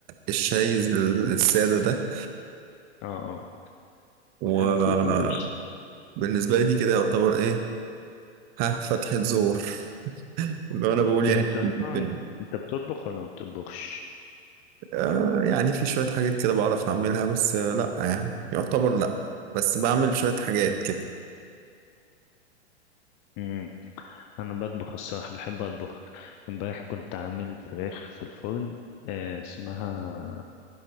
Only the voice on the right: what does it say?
الشاي السادة ده
وبالنسبة
لي دي كده يعتبر ايه ها فتحة زور لو انا بقول
يعني
ممكن
آه يعني في شوية حاجات كده بعرف اعملها بس آه، لا يعني يعتبر لا بس بعمل شوية حاجات كده